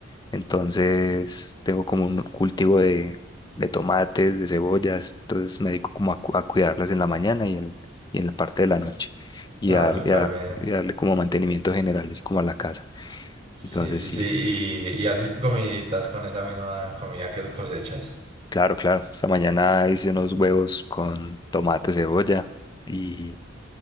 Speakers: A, on the left (about 20°); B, on the right (about 35°).
A: Entonces tengo como un cultivo de, de tomates, de cebollas. Entonces me dedico como a, cu- a cuidarlas en la mañana y en, y en la parte de la noche. Y
B: Ah,
A: a,
B: súper
A: y a-
B: bien.
A: y darle como mantenimiento general, así como a la casa.
B: Sí,
A: Entonces
B: sí,
A: sí,
B: sí. ¿Y, y haces comiditas con esa misma comida que cosechas?
A: claro, claro. Esta mañana hice unos huevos con tomate, cebolla y,